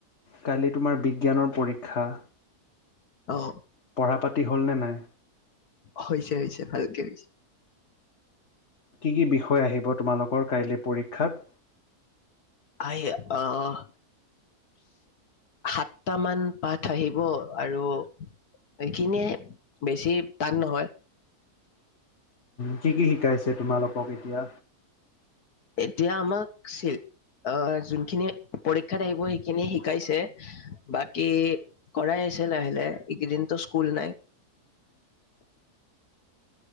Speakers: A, on the left (about 50°); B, on the left (about 75°).
A: কালি তোমাৰ বিজ্ঞানৰ পৰীক্ষা।
B: অ'।
A: পঢ়া-পাতি হ'লনে নাই?
B: হৈছে হৈছে ভালকে হৈছে।
A: কি কি বিষয় আহিব, তোমালোকৰ কাইলৈ পৰীক্ষাত?
B: আহ, অ' সাতটা মান পাঠ আহিব, আৰু এইখিনিয়ে, বেছি টান নহয়।
A: কি, কি শিকাইছে তোমালোকক এতিয়া।
B: এতিয়া আমাক অ', যোনখিনি পৰীক্ষাত আহিব সেইখিনি শিকাইছে। বাকী কৰাই আছে লাহে, লাহে এইকেইদিনটো স্কুল নাই।